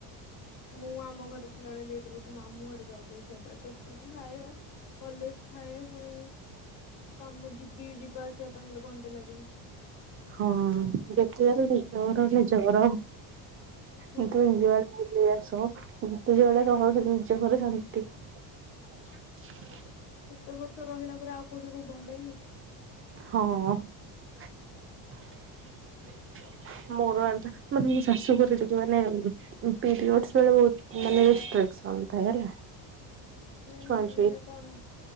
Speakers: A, on the left (about 80°); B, on the right (about 30°).
A: ମୁଁ ଆମ ଘରେ ଥିଲାବେଳେ ଲେଟ ଉଠେ ମାମୁଁ ଘରେ ଜଲଦି ଉଠିବାକୁ ପଡ଼େ କୋଚିଂ ଥାଏ କଲେଜ ଥାଏ ପୁଣି କାମ ଯିବି ଯିବା ଆସିବା ପାଇଁ ମତେ ଘଣ୍ଟେ ଲାଗେ।
B: ହଁ ଯେତେହେଲେ ନିଜ ଘର ନିଜ ଘର।
A: ହୁଁ
B: ମୁଁ କହେ ଯାଅ ବୁଲି ଆସ। ଯେତେ ଯାହା ହେଲେ ବି ନିଜ ଘରେ ଶାନ୍ତି ।
A: ଏତେ ବର୍ଷ ରହିଲା ପରେ ଆଉ କୋଉଠି କି ଭଲ ଲାଗିବ।
B: ହଁ। <unintelligible> ମୋର ମାନେ ଜାଣିଛ ଶାଶୁଘରେ ଯେତେବେଳେ ମାନେ ପିରିୟଡ଼ସ୍ ପିରିୟଡ଼ସ୍ <unintelligible> ମାନେ ଥାଏ ହେଲା।
A: ହୁଁ
B: ଛୁଆଁ
A: ହୁଁ
B: ଛୁଇଁ
A: ମାନେ କଣ?